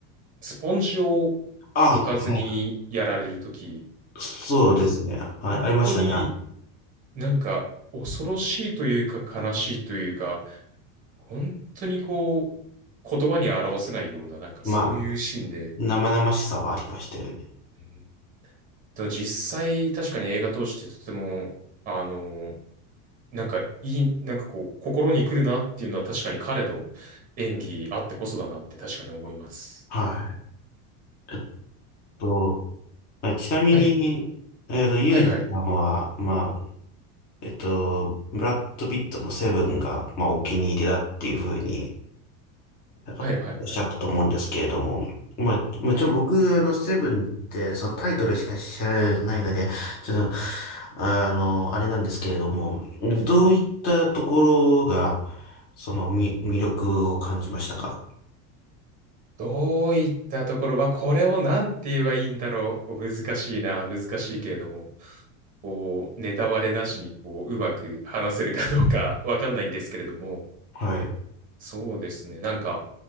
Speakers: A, on the right; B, on the left.
A: スポンジを
B: あ、
A: 置かずにやられるとき、
B: はい、そうですね。
A: あそこ、
B: あ、
A: 本当に
B: ありましたね。あ
A: なんか恐ろしいというか悲しいというか、本当にこう、言葉に表せないような、なんかそういうシーンで、
B: まあ、生々しさはありましたよね。
A: うんでも実際確かに映画通してとても、あの、なんかいい、なんかこう、心に来るなっていうのは確かに彼の演技あってこそだなって確かに思います。
B: はい。えっと、あちなみに、
A: はい。
B: えっと、ユージさんは、
A: はいはい。
B: まあ、えっと、ブラッド・ピットのセブンが、まあ、お気に入りだっていうふうにあのおっしゃったと思うんですけれども、
A: はいはいはい。
B: まあ、もちろん僕、
A: はい。
B: あの、セブンって、そのタイトルしか知らないので、ちょっと、あの、あれなんですけれども、どういったところが、その、み、魅力を感じましたか
A: どういったところは、これをなんて言えばいいんだろう。こう難しいな、難しいけれども、こう、ネタバレなしに、こう、うまく話せるかどうか <laughs> わかんないんですけれども、
B: はい、
A: そうですね。なんか、